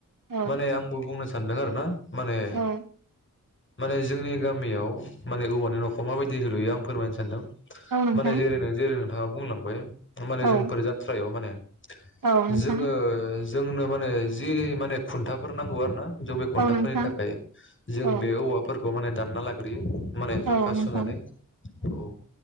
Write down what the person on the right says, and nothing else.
औ
औ
औ नोंथां
औ
औ नोंथां
औ नोंथां
औ
औ नोंथां